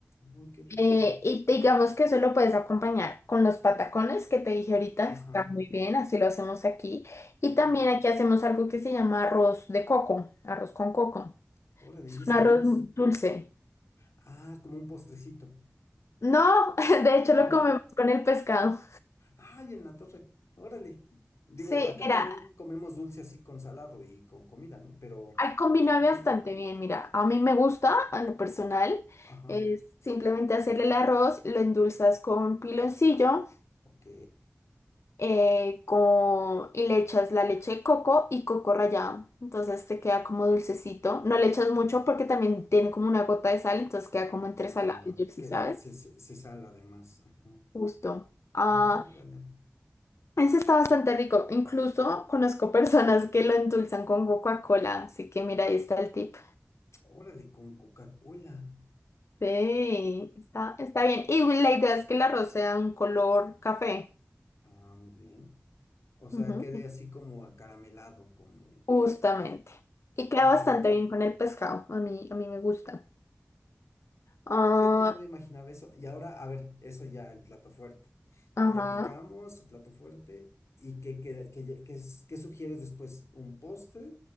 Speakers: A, on the left; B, on the left.
A: Uy, qué rico.
B: Eh, y digamos que eso lo puedes acompañar con los patacones que te dije ahorita,
A: Ajá,
B: está muy bien, así lo hacemos aquí. Y
A: ok.
B: también aquí hacemos algo que se llama arroz de coco, arroz con coco.
A: Órale,
B: Es
A: ¿y ese
B: un arroz
A: cómo es?
B: dulce.
A: Ah, como un postrecito,
B: No, <laughs> de hecho
A: ¿no?
B: lo comemos con el pescado.
A: Ay, en la torre. Órale. Digo,
B: Sí,
A: acá
B: mira.
A: también comemos dulce así con salado y con comida, ¿no? Pero,
B: Ay, combina
A: órale.
B: bastante bien, mira, a mí me gusta, a lo personal,
A: Ajá,
B: es simplemente hacerle el arroz, lo endulzas con piloncillo,
A: ok.
B: eh, con, y le echas la leche de coco y coco rallado, entonces te queda como dulcecito, no le echas mucho porque también tiene como una gota de sal, entonces queda como entre
A: Ah,
B: salado y dulce,
A: que
B: ¿sabes?
A: se, se, se sala además. Ajá.
B: Justo. Ah,
A: Órale.
B: ese está bastante rico, incluso conozco personas que lo endulzan con Coca-Cola, así que mira, ahí está el tip.
A: Órale, con Coca-Cola.
B: Sí, está, está bien. Y la idea es que el arroz sea un color café.
A: Ah, muy bien. O sea,
B: Ujú.
A: quede así como acaramelado, como...
B: Justamente. Y queda
A: Órale.
B: bastante bien con el pescado. A mí, a mí me gusta. Ah,
A: Fíjate, no me imaginaba eso. Y ahora, a ver, eso ya, el plato fuerte.
B: ajá.
A: Ya picamos, el plato fuerte. ¿Y qué, queda- qué, lle- qué es- qué sugieres después? ¿Un postre